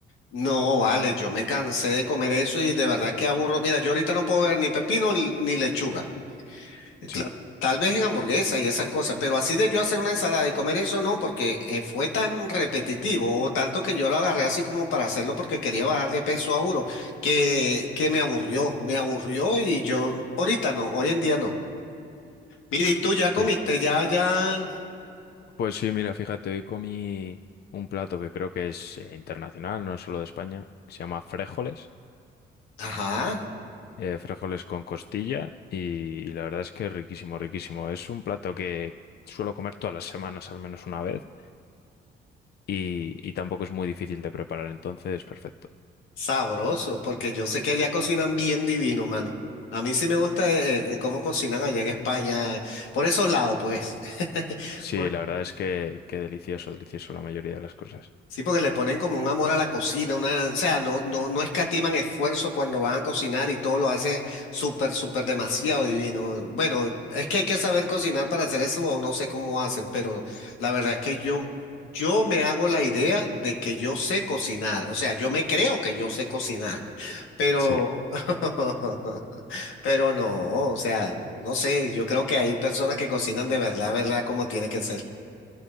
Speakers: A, on the left; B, on the left.
A: No, vale, yo me cansé de comer eso y de verdad que aburro. Mira, yo ahorita no puedo ver ni pepino ni ni lechuga.
B: Sí,
A: Claro, tal vez en hamburguesa y esas cosas, pero así de yo hacer una ensalada y comer eso no, porque eh, fue tan repetitivo o tanto que yo lo agarré así como para hacerlo porque quería bajar de peso, a juro, que, que me aburrió, me aburrió y yo ahorita no, hoy en día no. Mire, y tú ya comiste,
B: sí.
A: ya, ya,
B: Pues sí, mira, fíjate, hoy comí un plato que creo que es eh, internacional, no es solo de España, que se llama frijoles.
A: ajá,
B: eh, frijoles con costilla y, y la verdad es que es riquísimo, riquísimo. Es un plato que suelo comer todas las semanas al menos una vez y, y tampoco es muy difícil de preparar, entonces perfecto.
A: sabroso, porque yo sé que allá cocinan bien divino, mano. A mí sí me gusta eh, eh, cómo cocinan allá en España, por esos lados, pues. <laughs>
B: Sí,
A: Porque
B: la verdad es que, que delicioso, delicioso la mayoría de las cosas.
A: Sí, porque le ponen como un amor a la cocina, una, o sea, no, no, no escatiman esfuerzo cuando van a cocinar y todo lo hace súper, súper demasiado divino. Bueno, es que hay que saber cocinar para hacer eso o no sé cómo hacen, pero la verdad es que yo, yo me hago la idea de que yo sé cocinar, o sea, yo me creo que yo sé cocinar, <laughs> pero,
B: Sí,
A: <laughs> pero no, o sea, no sé, yo creo que hay personas que cocinan de verdad, verdad, como tiene que ser.